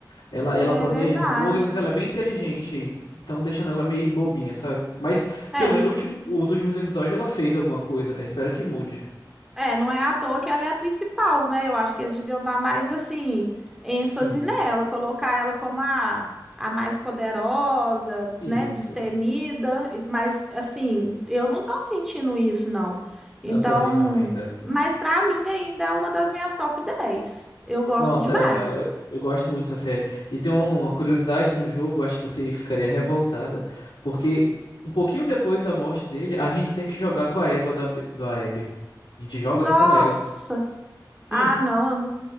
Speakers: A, on the left; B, in the centre.
A: Ela, ela
B: É
A: planeja
B: verdade.
A: as coisas, ela é bem inteligente aí. Então, deixando ela meio bobinha, sabe? Mas,
B: É,
A: pelo menos, no último- os últimos episódios ela fez alguma coisa, né? Espero que mude.
B: É, não é à toa que ela é a principal, né? Eu acho que eles deviam dar mais, assim, ênfase
A: Sim,
B: nela,
A: sim.
B: colocar ela como a, a mais poderosa,
A: isso.
B: né? Destemida, e- mas, assim, eu não tô sentindo isso, não. Então,
A: Eu também não ainda.
B: mas pra mim ainda é uma das minhas top 10. Eu gosto
A: Nossa,
B: demais.
A: ela. Eu, eu gosto muito dessa série. E tem uma, uma curiosidade no jogo, acho que você ficaria revoltada, porque um pouquinho depois da morte dele, a gente tem que jogar com a égua da, Be- da Abby. A gente joga
B: Nossa!
A: com ela. Hum,
B: Ah, não, eu não...